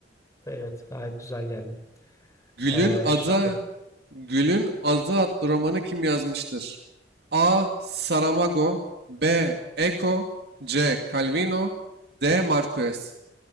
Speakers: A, on the left; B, on the right.
A: evet gayet güzel geldi.
B: Gül'ün
A: Ee,
B: adı
A: şimdi
B: Gül'ün adı adlı romanı kim yazmıştır? A. Saramago B. Eco C. Calvino D. Marquez